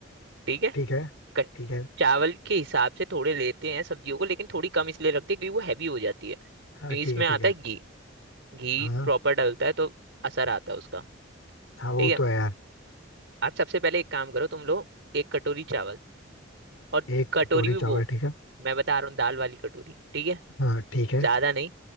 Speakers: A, on the right; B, on the left.
A: ठीक है
B: ठीक है
A: कट-
B: ठीक है
A: चावल के हिसाब से थोड़े लेते हैं सब्जियों को लेकिन थोड़ी कम इसलिए रखते हैं क्योंकि वो हैवी हो जाती है क्योंकि
B: हाँ
A: इसमें
B: ठीक है ठीक
A: आता
B: है
A: है घी घी
B: हाँ
A: प्रॉपर डलता है तो असर आता है उसका
B: हाँ वो
A: ठीक है
B: तो है यार
A: आप सबसे पहले एक काम करो तुम लोग एक कटोरी चावल और
B: एक
A: कटोरी
B: कटोरी
A: भी
B: चावल
A: वो
B: ठीक है
A: मैं बता रहा हूँ दाल वाली कटोरी ठीक है
B: हाँ ठीक है
A: ज्यादा नहीं